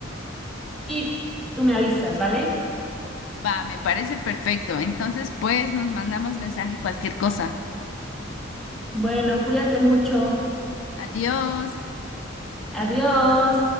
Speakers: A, in the centre; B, on the left.
A: y tú me avisas, ¿vale?
B: Va, me parece perfecto. Entonces, pues nos mandamos mensaje cualquier cosa.
A: Bueno, cuídate mucho.
B: Adiós.
A: Adiós.